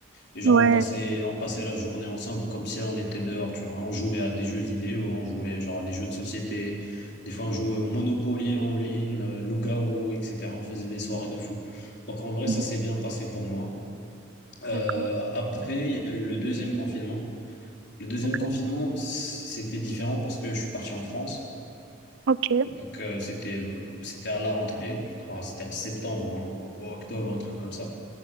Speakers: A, on the left (about 60°); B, on the right (about 75°).
A: Et genre,
B: Ouais,
A: on passait, on passait la journée ensemble comme si on était dehors, tu vois. On jouait à des jeux vidéo, on jouait genre à des jeux de société. Des fois, on jouait au Monopoly en ligne, euh, Loup-garou, etc. On faisait des soirées de fou. Donc, en vrai,
B: Mhm.
A: ça s'est bien passé pour moi. Euh,
B: d'accord.
A: après, il y a eu le deuxième confinement. Le deuxième
B: Ok.
A: confinement, c'était différent parce que je suis parti en France.
B: Ok.
A: Donc, euh, c'était, c'était à la rentrée, je crois, c'était en septembre, ou en- ou octobre, un truc comme ça.